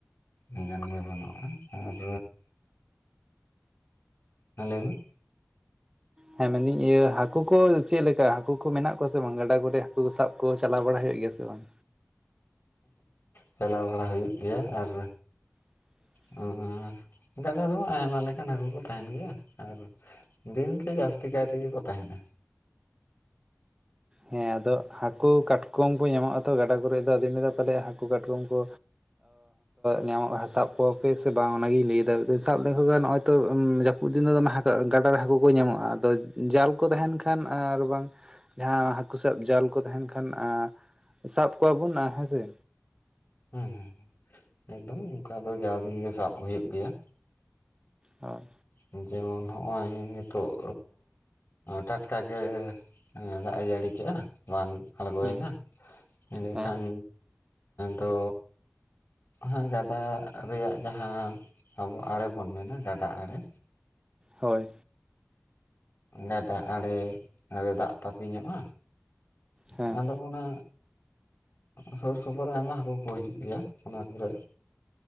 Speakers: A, on the left; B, on the right.
A: ᱟᱹᱰᱤᱜᱟᱱ ᱜᱮ ᱵᱟᱱᱩᱜ-ᱟ ᱟᱨ ᱦᱮ ᱞᱟᱹᱭ ᱢᱮ
B: ᱦᱮᱸ ᱢᱮᱱᱫᱟᱹᱧ ᱤᱭᱟᱹ ᱦᱟᱹᱠᱳ ᱠᱚ ᱪᱮᱫ ᱞᱮᱠᱟ ᱦᱟᱹᱠᱳ ᱠᱚ ᱢᱮᱱᱟᱜ ᱠᱚᱣᱟ ᱥᱮ ᱵᱟᱝ ᱜᱟᱰᱟ ᱠᱚᱨᱮ ᱦᱟᱹᱠᱩ ᱠᱚ ᱥᱟᱵ ᱠᱚ ᱪᱟᱞᱟᱣ ᱵᱟᱲᱟ ᱦᱩᱭᱩᱜ ᱜᱮᱭᱟ ᱥᱮ ᱵᱟᱝ
A: ᱪᱟᱞᱟᱣ ᱵᱟᱲᱟ ᱦᱩᱭᱩᱜ ᱜᱮᱭᱟ ᱟᱨ
B: ᱟᱢ
A: ᱮᱢ ᱻ ᱟᱨ ᱜᱟᱰᱟ ᱨᱮᱦᱚᱸ ᱟᱭᱢᱟ ᱞᱮᱠᱟᱱ ᱦᱟᱹᱠᱳ ᱠᱚ ᱛᱟᱦᱮᱱ ᱜᱮᱭᱟ ᱟᱨ ᱫᱤᱱᱜᱮ ᱡᱟᱹᱥᱛᱤ ᱠᱟᱭ ᱛᱮᱜᱮ ᱠᱚ ᱛᱟᱦᱮᱱᱟ
B: ᱦᱮᱸ ᱟᱫᱚ ᱦᱟᱹᱠᱳ ᱠᱟᱴᱠᱚᱢ ᱠᱚ ᱧᱟᱢᱚᱜ ᱟᱛᱚ ᱜᱟᱰᱟ ᱠᱚᱨᱮᱜ ᱫᱚ ᱟᱫᱩᱧ ᱞᱟᱹᱭ ᱫᱟ ᱯᱟᱞᱮᱫ ᱦᱟᱹᱠᱩ ᱠᱟᱴᱠᱚᱢ ᱠᱚ ᱧᱟᱢᱚᱜ ᱥᱟᱵ ᱠᱚᱣᱟᱯᱮ ᱥᱮ ᱵᱟᱝ ᱚᱱᱟᱜᱤᱧ ᱞᱟᱹᱭ ᱫᱟ ᱥᱟᱵ ᱞᱮᱠᱚ ᱠᱷᱟᱱ ᱱᱚᱜ-ᱚᱭ ᱛᱚ ᱩᱱ ᱫᱤᱱ ᱫᱚ ᱫᱚᱢᱮ ᱜᱟᱰᱟᱨ ᱨᱮ ᱦᱟᱹᱠᱩ ᱠᱚ ᱧᱟᱢᱚᱜ-ᱟ᱾ ᱟᱫᱚ ᱡᱟᱞ ᱠᱚ ᱛᱟᱦᱮᱱ ᱠᱷᱟᱱ ᱟᱨ ᱵᱟᱝ ᱡᱟᱦᱟ ᱦᱟᱹᱠᱩ ᱥᱟᱵ ᱡᱟᱞ ᱠᱚ ᱛᱟᱦᱮᱱ ᱠᱷᱟᱱ ᱟᱸ ᱥᱟᱵ ᱠᱚᱣᱟ ᱵᱚᱱ ᱦᱮᱸᱥᱮ
A: ᱦᱮᱸ ᱦᱮᱸ ᱮᱠᱫᱚᱢ ᱚᱱᱠᱟ ᱫᱚ ᱡᱟᱣ ᱫᱤᱱ ᱜᱮ ᱥᱟᱵ ᱦᱩᱭᱩᱜ ᱜᱮᱭᱟ
B: ᱦᱳᱭ
A: ᱦᱚᱸ ᱡᱮᱢᱚᱱ ᱦᱚᱜᱼᱚᱭ ᱱᱤᱛᱚᱜ ᱴᱟᱴᱠᱟ ᱜᱮ ᱫᱟᱜ ᱮ ᱡᱟᱹᱲᱤ ᱠᱮᱜ-ᱟ ᱵᱟᱱ ᱟᱬᱜᱚᱭᱮᱱᱟ
B: ᱦᱮᱸ
A: ᱮᱸᱰᱮᱠᱷᱟᱱ
B: ᱦᱮᱸ
A: ᱛᱚ ᱦᱟᱸᱜ ᱜᱟᱰᱟ ᱨᱮᱭᱟᱜ ᱡᱟᱦᱟᱸ ᱟᱵᱚ ᱟᱲᱮ ᱵᱚᱱ ᱢᱮᱱᱟ ᱜᱟᱰᱟ ᱟᱲᱮ
B: ᱦᱳᱭ
A: ᱜᱟᱰᱟ ᱟᱬᱮ ᱨᱮ ᱫᱟᱜ ᱛᱟᱹᱯᱤᱧᱚᱜ-ᱟ
B: ᱦᱮᱸ
A: ᱦᱚᱸ ᱟᱫᱚ ᱚᱱᱟ ᱥᱩᱨ ᱥᱩᱯᱩᱨ ᱨᱮ ᱟᱭᱢᱟ ᱦᱟᱹᱠᱩ ᱠᱚ ᱦᱤᱡᱩᱜ ᱜᱮᱭᱟ ᱚᱱᱟ ᱠᱚᱨᱮ